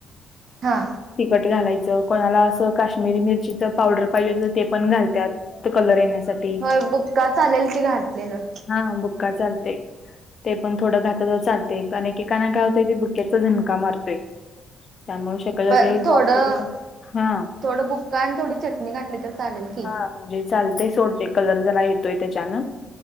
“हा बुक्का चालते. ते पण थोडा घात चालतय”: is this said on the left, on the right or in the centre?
Left